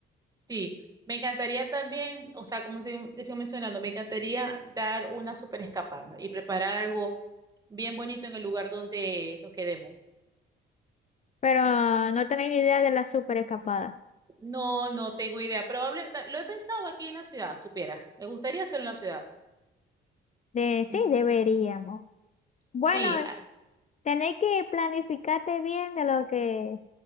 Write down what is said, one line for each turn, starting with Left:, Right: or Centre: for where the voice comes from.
Right: sí, me encantaría también, o sea, como te te sigo mencionando, me encantaría dar una super escapada y preparar algo bien bonito en el lugar donde nos quedemos.
Left: Pero no tenéis ni idea de la super escapada.
Right: No, no tengo idea. Probable, ta- lo he pensado aquí en la ciudad, supiera. Me gustaría hacerlo en la ciudad.
Left: De sí,
Right: Ujú.
Left: deberíamos. Bueno.
Right: Sí, ah,
Left: Tenéis que planificarte bien de lo que,